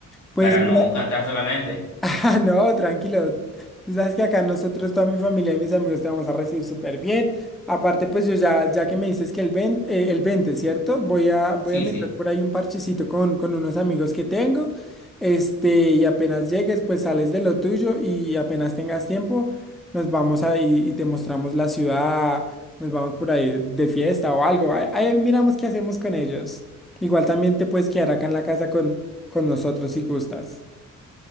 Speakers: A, in the centre; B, on the left.
A: Pues
B: para
A: mira.
B: no cantar solamente.
A: <laughs> Ah, no, tranquilo. Tú sabes que acá nosotros, toda mi familia y mis amigos te vamos a recibir súper bien. Aparte, pues yo ya, ya que me dices que el, ven, eh, el 20, ¿cierto? Voy a, voy
B: Sí,
A: a mirar
B: sí.
A: por ahí un parchecito con, con unos amigos que tengo. Este, y apenas llegues, pues sales de lo tuyo y apenas tengas tiempo, nos vamos ahí y te mostramos la ciudad, nos vamos por ahí de fiesta o algo. Ahí, ahí miramos qué hacemos con ellos. Igual también te puedes quedar acá en la casa con, con nosotros si gustas.